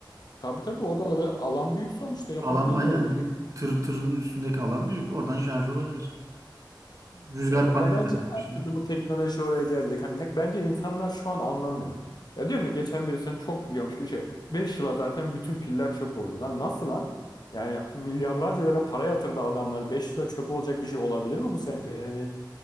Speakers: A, on the left; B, on the right.
A: tabii tabii o da olabilir. Alan büyük sonuçta yapabilirler
B: Alan aynen
A: yani.
B: büyük. Tır, tırın üstündeki alan büyük. Oradan şarj olabilir. Rüzgar
A: Ya ben,
B: paneli
A: ben- bence
B: takar.
A: her
B: bir Şey.
A: türlü bu teknoloji oraya gelecek. Hani ne- bence insanlar şu an anlamıyor. Ya diyorum ya geçen biri sen çok biliyormuş bir şey. 5 yıla zaten bütün piller çöp oluyor. Lan nasıl lan? Yani milyarlarca lira para yatırdı adamlar. 5 yıla çöp olacak bir şey olabilir mi bu sence? Yani